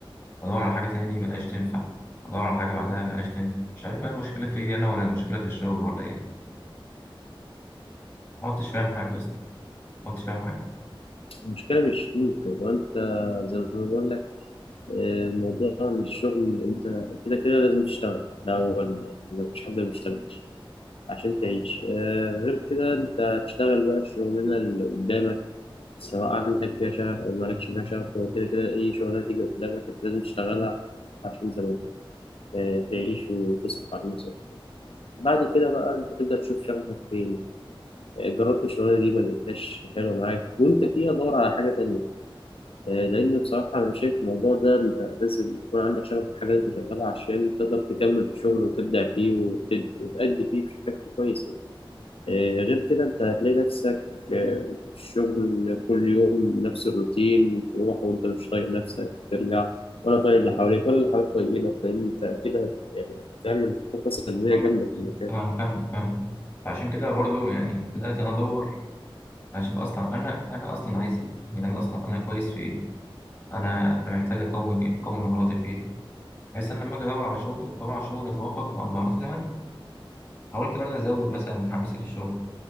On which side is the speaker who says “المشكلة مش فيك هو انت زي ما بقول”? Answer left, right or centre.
Left